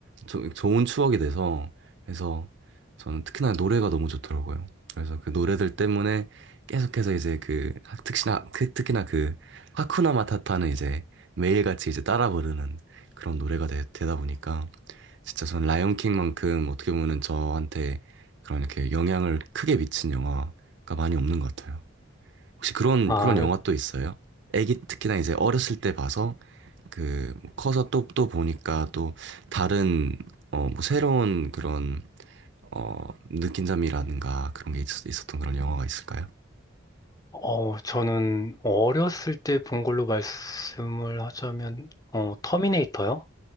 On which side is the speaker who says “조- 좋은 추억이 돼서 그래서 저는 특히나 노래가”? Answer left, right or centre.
Right